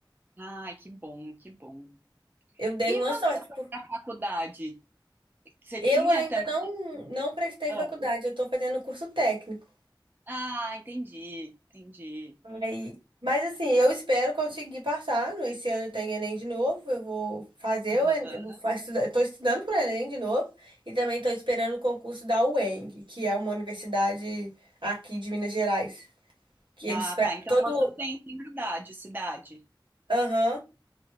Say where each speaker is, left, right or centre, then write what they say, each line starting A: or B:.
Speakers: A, on the right; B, on the right.
A: Ai, que bom, que bom.
B: Eu dei
A: E
B: uma
A: quando
B: sorte.
A: você foi
B: por-
A: para a faculdade, você
B: Eu
A: tinha
B: ainda
A: também.
B: não, não prestei
A: Ah,
B: faculdade, eu estou fazendo curso técnico.
A: ah, entendi, entendi.
B: Aí, mas assim, eu espero conseguir passar. no- Esse ano tem Enem de novo. Eu vou fazer
A: Aham.
B: o Enem, eu vou fa- estudar, estou estudando para o Enem de novo e também estou esperando o concurso da UENG, que é uma universidade aqui de Minas Gerais, que eles
A: Ah,
B: fe-
A: tá. Então
B: todo,
A: você tem tem idade, cidade.
B: aham,